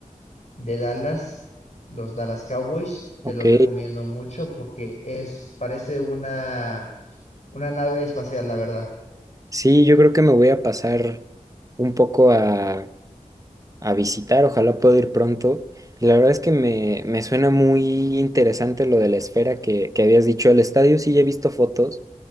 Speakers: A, on the left; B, on the right.
A: de Dallas, los Dallas Cowboys, te
B: ok.
A: lo recomiendo mucho porque es, parece una, una nave espacial, la verdad.
B: Sí, yo creo que me voy a pasar un poco a, a visitar, ojalá pueda ir pronto. Y la verdad es que me, me suena muy interesante lo de la esfera que, que habías dicho. El estadio sí ya he visto fotos